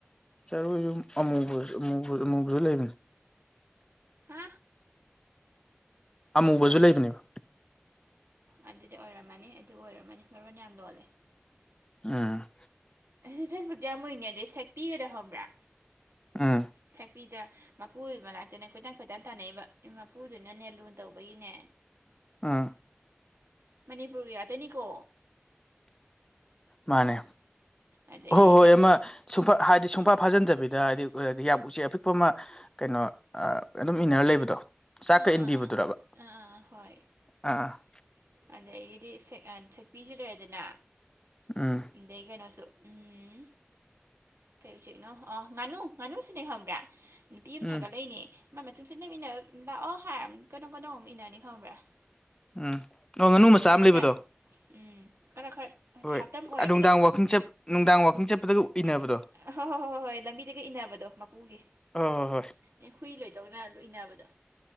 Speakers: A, on the left; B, on the right.
A: ꯆꯔꯣꯏꯁꯨ ꯑꯃꯨꯕ ꯑꯃꯨꯕ ꯑꯃꯨꯕꯁꯨ ꯂꯩꯕꯅꯦ
B: ꯍꯥ
A: ꯑꯃꯨꯕꯁꯨꯨ
B: ꯑꯗ
A: ꯂꯩꯅꯦꯕ
B: ꯑꯗꯨꯗꯤ ꯑꯣꯏꯔꯝꯃꯅꯤ ꯑꯗꯨ ꯑꯣꯏꯔꯝꯃꯅꯤ ꯃꯔꯣꯟ ꯌꯥꯝ ꯂꯣꯜꯂꯦ
A: ꯎꯝ
B: ꯑꯁꯤ ꯐꯦꯁꯕꯨꯛꯇ ꯌꯥꯝꯃꯨꯔꯤꯅꯦ ꯑꯗꯩ ꯁꯦꯛꯄꯤꯒꯗ ꯍꯪꯕ꯭ꯔꯥ
A: ꯎꯝ
B: ꯁꯛꯄꯤꯗ ꯃꯄꯨꯗꯨ ꯃꯅꯥꯛꯇꯅꯦ ꯈꯣꯏꯇꯪ ꯈꯣꯏꯇꯥꯟ ꯇꯥꯟꯅꯩꯕ ꯏ ꯃꯄꯨꯗꯨꯅꯅꯦ ꯂꯨ ꯇꯧꯕꯒꯤꯅꯦ
A: ꯑꯥ
B: ꯃꯅꯤꯄꯨꯔ ꯇꯅꯤꯀꯣ
A: ꯃꯥꯅꯦ
B: ꯑꯗꯒꯤ
A: ꯍꯣꯏ ꯍꯣꯏ
B: ꯀꯩꯅꯣ
A: ꯑꯃ
B: ꯑꯥ
A: ꯁꯨꯡꯐ ꯍꯥꯏꯗꯤ ꯁꯨꯡꯄꯥ ꯐꯥꯖꯤꯟꯗꯕꯤꯗ ꯗ ꯍꯥꯏꯗꯤ ꯌꯥꯝ ꯎꯆꯦꯛ ꯑꯄꯤꯛꯄ ꯑꯃ ꯀꯩꯅꯣ ꯑꯗꯨꯝ ꯏꯟꯅꯔ ꯂꯩꯕꯗꯣ ꯆꯥꯛꯀ
B: ꯑꯥ
A: ꯏꯟꯕꯤꯕꯗꯨꯔꯕ
B: ꯑꯥ ꯑꯥ ꯍꯣꯏ
A: ꯑꯥ
B: ꯑꯗꯒꯤꯗꯤ ꯁꯛꯄꯤꯁꯨ ꯂꯩꯔꯦꯗꯅ
A: ꯎꯝ
B: ꯑꯗꯩ ꯀꯩꯅꯣꯁꯨ ꯎꯝ ꯀꯩ ꯎꯆꯦꯛꯅꯣ ꯑꯣ ꯉꯥꯅꯨ ꯉꯥꯅꯨ ꯁꯤꯅꯦ ꯈꯪꯕ꯭ꯔꯥ ꯅꯨꯄꯤ ꯑꯃ
A: ꯎꯝ
B: ꯊꯥꯒꯠꯂꯛꯏꯅꯦ ꯃꯥ ꯃꯇꯨꯡꯁꯦ ꯅꯝꯃꯤꯟꯅ ꯂꯥꯛꯑꯣ ꯍꯥꯏ ꯀꯩꯅꯣ ꯀꯩꯅꯣ ꯑꯃꯨꯛ ꯏꯟꯅꯅꯤ ꯈꯪꯕ꯭ꯔꯥ
A: ꯎꯝ ꯑꯣ ꯉꯥꯅꯨ
B: ꯌꯥꯝ
A: ꯃꯆꯥ
B: ꯅꯣꯛꯅꯤꯡꯖꯥꯠꯅꯤ
A: ꯑꯃ ꯂꯩꯕꯗꯣ
B: ꯎꯝ ꯈꯔ ꯈꯔ
A: ꯍꯣꯏ
B: ꯍꯥꯇꯝ ꯑꯣꯏꯔꯕꯗꯣ
A: ꯅꯨꯡꯗꯥꯡ ꯋꯥꯀꯤꯡ ꯆꯠ ꯅꯨꯡꯗꯥꯡ ꯋꯥꯀꯤꯡ ꯆꯠꯄꯗꯒ ꯏꯟꯅꯕꯗꯣ
B: ꯍꯣꯏ ꯍꯣꯏ ꯍꯣꯏ ꯍꯣꯏ ꯍꯣꯏ ꯂꯝꯕꯤꯗꯒ ꯏꯟꯅꯕꯗꯣ ꯃꯄꯨꯒꯤ
A: ꯍꯣꯏ ꯍꯣꯏ ꯍꯣꯏ
B: ꯑꯦ ꯍꯨꯏ ꯂꯣꯏ ꯇꯧꯅ ꯂꯣꯏꯅꯕꯗꯣ